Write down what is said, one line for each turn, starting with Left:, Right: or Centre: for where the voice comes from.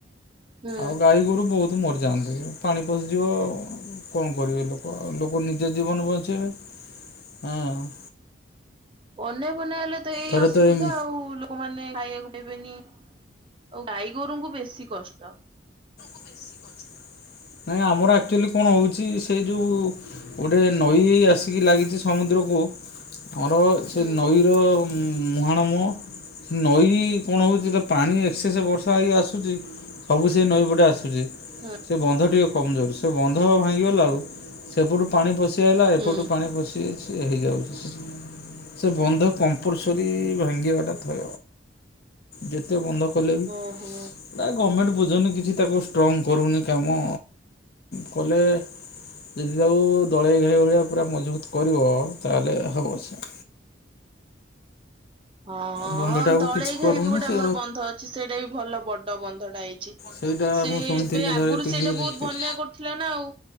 Right: ହୁଁ
Left: ଆଉ ଗାଈ ଗୋରୁ ବହୁତ ମରି ଯାଆନ୍ତି। ପାଣି ପଶିଯିବ କଣ କରିବେ ଲୋକ ଆଉ ଲୋକ ନିଜ ଜୀବନ ବଞ୍ଚେଇବେ। ହଁ
Right: ହୁଁ ବନ୍ୟା ଫନ୍ୟା ହେଲେ ତ ଏଇ
Left: ଥରେ
Right: ଅସୁବିଧା
Left: ଏମ
Right: ଆଉ ଲୋକମାନେ ଖାଇଆକୁ ଦେବେନି ଓ ଗାଈ ଗୋରୁଙ୍କୁ ବେଶୀ କଷ୍ଟ।
Left: ବେଶୀ କିଛି ନାହିଁ। ଆମର ଆକଚୁଆଲି କଣ ହଉଚି ଗୋଟେ ନଈ ଆସିକି ଲାଗିଚି ସମୁଦ୍ରକୁ ଆମର ସେ
Right: ହୁଁ
Left: ନଈର ମୁ ମୁହାଣ ମୁହଁ ନଈ କଣ ହଉଚି ଯେତେବେଳେ ପାଣି ଏକ୍ସେସ ବର୍ଷା ହେଇକି ଆସୁଚି ସବୁ ସେଇ ନଈ ପଟେ ଆସୁଚି।
Right: ହୁଁ।
Left: ଟିକେ କମଜୋର ସେ ବନ୍ଧ ଭାଙ୍ଗିଗଲା ବଳୁ ସେପଟୁ ପାଣି ପଶି ଆଇଲା ଏପଟୁ
Right: ହୁଁ
Left: ପାଣି ପଶି ସେ ହେଇଯାଉଛି ସେ ବନ୍ଧ କମ୍ପଲସରି ଭାଙ୍ଗିବାଟା ଥୟ। ଯେତେ ବନ୍ଧ କଲେ ବି
Right: ଓହୋ
Left: ନା ଗମେଣ୍ଟ ବୁଝୁନି କିଛି ତାକୁ ଷ୍ଟ୍ରଙ୍ଗ୍ କରୁନି କାମ। କଲେ ଯଦି ତାକୁ ଦଳେଇ ଘାଇ ଭଳିଆ ପୁରା ମଜବୁତ କରିବ, ତାହେଲେ ହବ ସେ।
Right: ହଁ ହଁ
Left: ବନ୍ଧଟାକୁ
Right: ହଁ ଦଳେଇ
Left: କିଛି କରୁନି
Right: ଘାଇ ବି ଗୋଟେ
Left: ସେ
Right: ଆମର ବନ୍ଧ ଅଛି, ସେଇଟା ବି ଭଲ ବଡ ବନ୍ଧଟା ହେଇଚି।
Left: ସେଇଟା
Right: ସେ
Left: ମୁଁ
Right: ଏଇ
Left: ଶୁଣିଥିଲି
Right: ଏବେ ଆଗରୁ
Left: ଥରେ ଟିଭିରେ
Right: ସେଇଟା
Left: ଦେଖିଥିଲି।
Right: ବହୁତ ବନ୍ୟା କରୁଥିଲା ନା ଆଉ